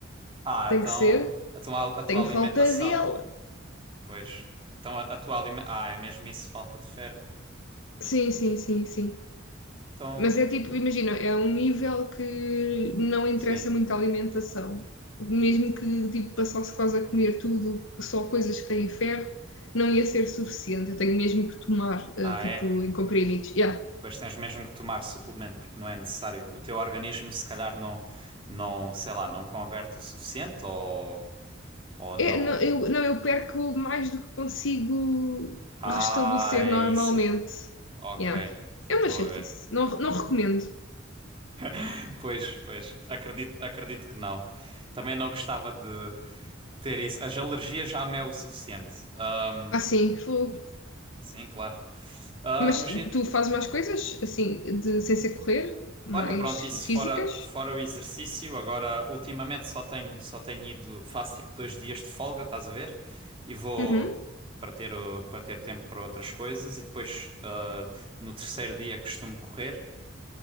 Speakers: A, on the right (about 25°); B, on the left (about 75°).
A: Ah,
B: tem
A: então
B: que ser.
A: a tua, a tua
B: Tenho
A: alimentação.
B: falta dele.
A: Pois. Então a, a tua alimentação. Ah, é mesmo isso, falta de ferro.
B: Sim, sim, sim, sim.
A: Então,
B: Mas é tipo, imagina, é um nível que não interessa
A: sim.
B: muito a alimentação. Mesmo que tipo, passasse quase a comer tudo, só coisas que têm ferro, não ia ser suficiente. Eu tenho mesmo que tomar, eh,
A: Ah,
B: tipo,
A: é?
B: em comprimidos. Yeah.
A: Pois tens mesmo que tomar suplemento porque não é necessário. O teu organismo se calhar não, não, sei lá, não converte o suficiente ou, ou não.
B: É, não, eu, não, eu perco mais do que consigo
A: Ah,
B: restabelecer
A: é
B: normalmente.
A: isso. Ok,
B: Yeah. É
A: estou
B: uma chatice.
A: a ver. <coughs>
B: Não, não recomendo.
A: <laughs> Pois, pois, acredito, acredito que não. Também não gostava de ter isso. As alergias já me é o suficiente. Ah,
B: Assim, fogo.
A: Sim, claro. Ah,
B: Mas
A: mas e-
B: tu fazes mais coisas, assim, de, sem ser correr, mais
A: Olha, pronto, isso
B: físicas?
A: fora, fora o exercício, agora ultimamente só tenho, só tenho ido, faço tipo dois dias de folga, estás a ver? E vou
B: Uhum.
A: para ter, o- para ter tempo para outras coisas e depois ah, no terceiro dia costumo correr.